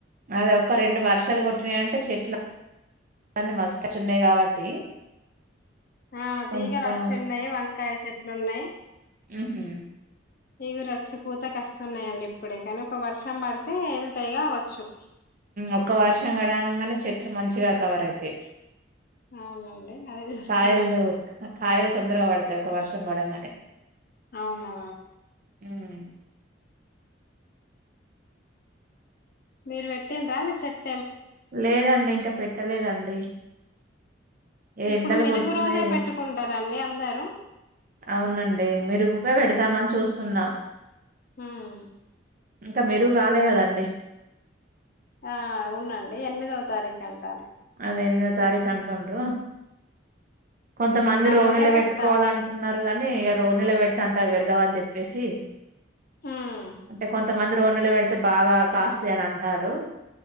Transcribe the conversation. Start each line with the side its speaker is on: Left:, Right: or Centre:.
Right: అద ఒక్క రెండు వర్షాలు కొట్టినాయింటే చెట్లు కాన్ని మస్తు చిన్నాయి కాబట్టి
Left: ఆ
Right: కొంచెం
Left: తీగలచ్చి ఉన్నాయి వంకాయ చెట్లు ఉన్నాయి
Right: మ్ హు
Left: ఇగురు వచ్చి పూత కస్తున్నాయండి ఇప్పుడే కానీ ఒక వర్షం పడితే ఎల్తీగా అవచ్చు
Right: ఒక్క వర్షం పడంగనే చెట్లు మంచిగా కవర్ అయితాయి
Left: అవునండి అదే చూస్తున్నామండి
Right: కాయల్ దు కాయల్ తొందరగా పడతాయి ఒక వర్షం పడంగనే
Left: అవునా
Right: మ్మ్
Left: మీరు పెట్టిండ్ర న చెట్
Right: లేదండి ఇంకా పెట్టలేదండి ఎండలు
Left: ఇప్పుడు మెరుగు
Right: కొడుతున్నాయి
Left: రోజే పెట్టుకుంటారండి అందరూ
Right: అవునండి మెరుగుకే పెడతామని చూస్తున్నాం
Left: హ్మ్
Right: ఇంకా మెరుగు కాలే కదండి
Left: ఆ అవునండి ఎనిమిదవ తారీఖు అంటాడ్రు
Right: అ ఎనిమిదో తారీఖు అంటుండ్రు కొంతమంది
Left: ఆ
Right: రోనిలో
Left: రోజే పెట్టాలి
Right: పెట్టుకోవాల అంటున్నారు గానీ ఇక రోనిలో పెడితే అంత విరగవ్ అని చెప్పేసి
Left: ఉమ్
Right: అంటే కొంతమంది రోనిలో పెడితే బాగా కాస్తాయ్ అని అంటారు